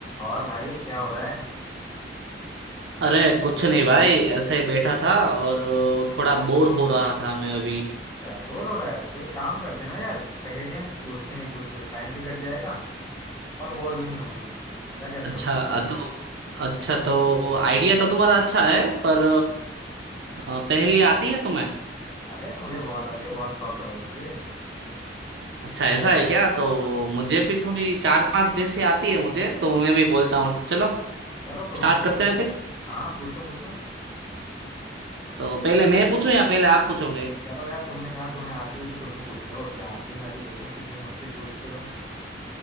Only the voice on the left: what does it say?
और भाई क्या हो रहा है
अच्छा बोर हो रहा है तो एक काम करते हैं ना यार पहेलियां पूछते हैं एक दूसरे से टाइम भी कट जाएगा और बोर भी नहीं होंगे क्या कहते
हो
अरे मुझे बहुत आती है बहुत शौक है भाई मुझे
हाँ,
चलो तुम
ही पूछ
लो
फिर।
हाँ पूछो पूछो
चलो यार तुमने कहा तुम्हें आती है तो तुम ही पूछ लो क्या आती है मैं भी देखूं कितनी मुश्किल पूछते हो